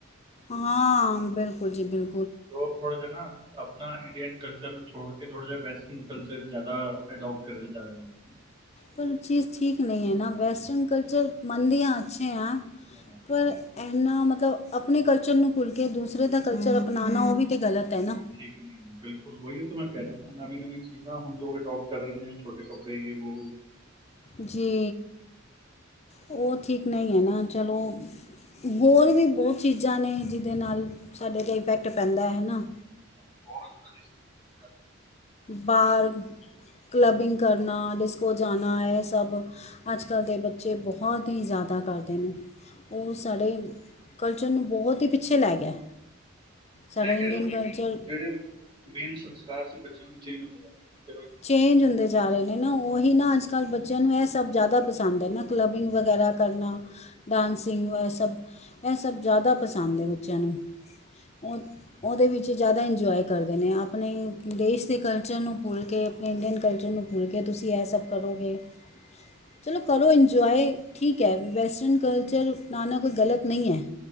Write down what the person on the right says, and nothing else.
ਲੋਕ ਥੋੜਾ ਜਾ ਨਾ ਅਪਨਾ ਇੰਡੀਅਨ ਕਲਚਰ ਨੂੰ ਛੋੜਕੇ ਥੋੜਾ ਜੇਯਾ ਵੈਸਟਰਨ ਕਰ ਜਾਦਾ, ਅਡੌਪਟ ਕਰਨੇ ਜਾ ਰਹੇ ਨੇ।
ਹਾਂ
ਹਾਂ
ਉਹ ਠੀਕ ਜੀ। ਬਿਲਕੁਲ ਵਹੀ ਤਾਂ ਮੈਂ ਕਹਿ ਰਿਹਾ ਨਵੀਂ ਨਵੀਂ ਚੀਜ਼ਾਂ ਹੁਣ ਅਡੋਪਟ ਕਰ ਰਹੇ ਨੇ ਛੋਟੇ ਕੱਪੜੇ ਜਿ ਵੋ
ਬਹੁਤ ਸ
ਮੈਂ ਕਿਹਾ
ਉਹ
ਜਿਹੜੇ ਮੇਨ ਸੰਸਕਾਰ ਸੀ ਬੱਚਿਆਂ ਨੂੰ ਚੇਂਜ ਹੁੰਦੇ ਜਾ ਰਹੇ ਆ